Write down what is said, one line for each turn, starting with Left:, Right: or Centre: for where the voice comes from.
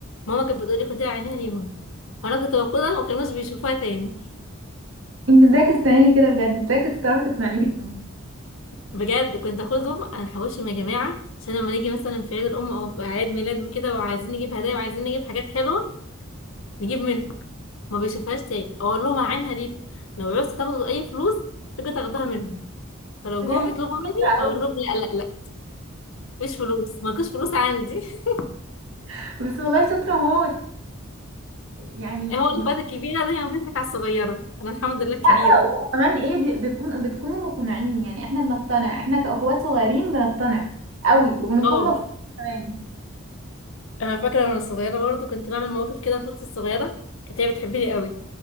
Left: ماما كانت بتقولي خديها عينها ليهم وانا كنت باخدها وما كانوش بيشوفوها تاني
Right: انت ازاي كنت بتعملي كده بجد ازاي كنت بتعرفي تقنعيهم
Left: بجد كنت اخدهم انا هحوشهم يا جماعه عشان لما نيجي مثلا في عيد الام او في عيد ميلاد وكده وعايزين نجيب هدايا وعايزين نجيب حاجات حلوه نجيب منهم ما بيشوفهاش تاني اقول لهم عينها ليكم لو عوزتوا تاخدوا اي فلوس تيجي تاخدوها منهم فلو
Right: بجد
Left: جم يطلبوا مني
Right: شاطرة قوي
Left: اقول لهم لا لا لا مفيش فلوس مالكوش فلوس عندي <laughs>
Right: <laughs> بس والله شاطرة موت يعني
Left: هو اللي فاتك كبيره ده هي فاتك على الصغيره انا الحمد لله كبيره
Right: لا وكمان ايه بي- بيكون بتكونوا مقنعين يعني احنا بنقتنع احنا كأخوات صغيرين بنقتنع قوي وبنكون
Left: اه
Right: مبسوطين كمان
Left: انا فاكره وانا صغيره برضو كنت بعمل مواقف كده في اختي الصغيره كانت هي بتحبني قوي